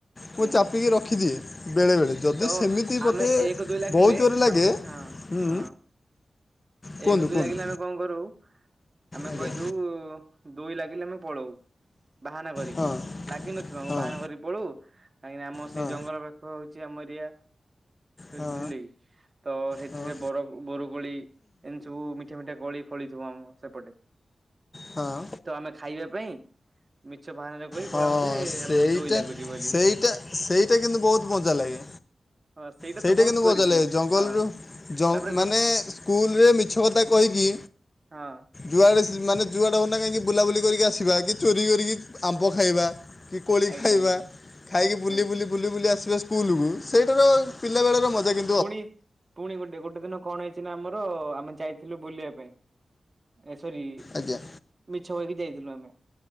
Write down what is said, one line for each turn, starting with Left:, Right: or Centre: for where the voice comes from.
Left: ମୁଁ
Right: ହୁଁ
Left: ଚାପିକି ରଖିଦିଏ ବେଳେବେଳେ। ଯଦି
Right: ତ
Left: ସେମିତି
Right: ଆମେ
Left: ମୋତେ
Right: ଏକ ଦୁଇ ଲାଗିଲେ
Left: ବହେ ଜୋରରେ ଲାଗେ
Right: ଆମେ ହଁ
Left: ହୁଁ।
Right: ହଁ
Left: କୁହନ୍ତୁ
Right: ଏକ ଦୁଇ
Left: କୁହନ୍ତୁ
Right: ଲାଗିଲେ ଆମେ କଣ କରୁ ଆମେ
Left: ଆଜ୍ଞା
Right: କହିଦୋଉ ଦୁଇ ଲାଗିଲେ ଆମେ ପଳଉ ବାହାନା କରିକି
Left: ହଁ
Right: ଲାଗିିନଥିବ ଆମକୁ
Left: ହଁ
Right: ବାହାନା କରିକି ପଳଉ। କାହିଁକିନା ଆମ
Left: ହଁ
Right: ସେଇ ଜଙ୍ଗଲ ପାଖ ହଉଛି ଆମ ଏରିଆ
Left: ହଁ
Right: ବୁଝିଲେ କି। ତ ହେଠିରେ
Left: ହଁ
Right: ବର ବରକୋଳି ଏମିତି ସବୁ ମିଠା ମିଠା କୋଳି ଫଳି ଥିବ ଆମ ସେପଟେ।
Left: ହଁ
Right: ତ ଆମେ ଖାଇବା ପାଇଁ ମିଛ ବାହାନାରେ କହିକି
Left: ହଁ
Right: ପଳାଉ। ଯେ
Left: ସେଇଟା
Right: ଆମେ ଦୋଇ ଲାଗୁଛି ବୋଲି।
Left: ସେଇଟା ସେଇଟା କିନ୍ତୁ ବହୁତ୍ ମଜା ଲାଗେ।
Right: ହଁ
Left: ସେଇଟା
Right: ତ ବହୁତ
Left: କିନ୍ତୁ
Right: କରିଛୁ
Left: ମଜା ଲାଗେ ଜଙ୍ଗଲରୁ
Right: ହଁ
Left: ଜଙ୍ଗ
Right: ତାପରେ ଗୋ
Left: ମାନେ ସ୍କୁଲରେ ମି ମିଛ କଥା କହିକି
Right: ହଁ।
Left: ଯୁଆଡ଼େ ମାନେ ଯୁଆଡ଼େ ହୋଉନା କାହିଁକି ବୁଲାବୁଲି କରିକି ଆସିବା କି ଚୋରି କରିକି ଆମ୍ବ ଖାଇବା କି କୋଳି
Right: ଆଜ୍ଞା
Left: ଖାଇବା
Right: ଆଜ୍ଞା
Left: ଖାଇକି ବୁଲି
Right: ଆଜ୍ଞା।
Left: ବୁଲି ବୁଲି ବୁଲି ଆସିବା ସ୍କୁଲକୁୁ ସେଇଟାର ପିଲାବେଳର ମଜା କି
Right: ପୁଣି ପୁଣି ଗୋଟେ ଗୋଟେ ଦିନ କଣ ହେଇଛି ନା ଆମର ଆମେ ଯାଇଥିଲୁ ବୁଲିବା ପାଇଁ। ଏ ସରି
Left: ଆଜ୍ଞା
Right: ମିଛ କହିକି ଯାଇଥିଲୁ ଆମେ